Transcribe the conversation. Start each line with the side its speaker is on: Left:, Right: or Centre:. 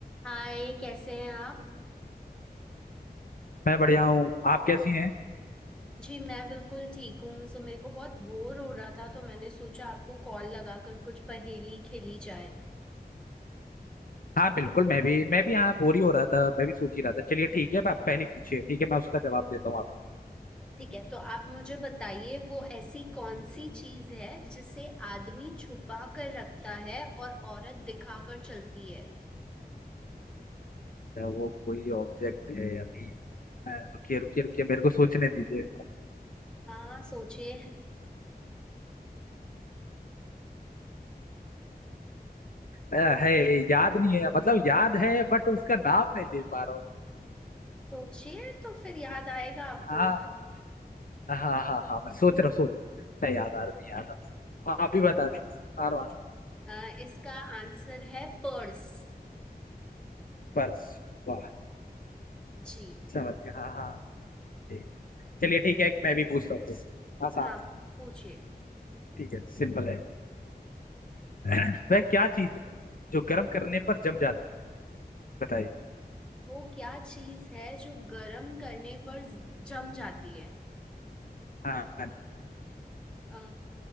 Centre: हाय कैसे हैं आप
Left: मैं बढ़िया हूँ आप कैसी हैं
Centre: जी मैं बिल्कुल ठीक हूँ सो मेरे को बहुत बोर हो रहा था तो मैंने सोचा आपको कॉल लगाकर कुछ पहेली खेली जाए
Left: हाँ बिल्कुल मैं भी मैं भी यहाँ बोर ही हो रहा था मैं भी सोच ही रहा था चलिए ठीक है अब आप पहले पूछिए ठीक है मैं उसका जवाब देता हूँ आपको
Centre: ठीक है तो आप मुझे बताइए वो ऐसी कौन सी चीज है जिसे आदमी छुपा कर रखता है और औरत दिखा कर चलती है
Left: क्या वो कोई ऑब्जेक्ट है अभी अ, रुकिए रुकिए रुकिए मेरे को सोचने दीजिए
Centre: हाँ सोचिए
Left: अ, है याद नहीं है मतलब याद है बट उसका नाम नहीं ले पा रहा हूँ
Centre: सोचिए तो फिर याद आएगा आपको
Left: हाँ हाँ हाँ हाँ मैं सोच रहा सोच नहीं याद आ रहा नहीं याद आ रहा आप ही बता दीजिए आर
Centre: अ, इसका आंसर है पर्स
Left: पर्स वाह
Centre: जी
Left: समझ गया हाँ हाँ ठीक चलिए ठीक है एक मैं भी पूछता हूँ आसान
Centre: हाँ पूछिए
Left: ठीक है सिंपल है <clears throat> वह क्या चीज है जो गर्म करने पर जम जाती है बताइए
Centre: वो क्या चीज है जो गर्म करने पर ज- जम जाती है
Left: हाँ हाँ।
Centre: आ,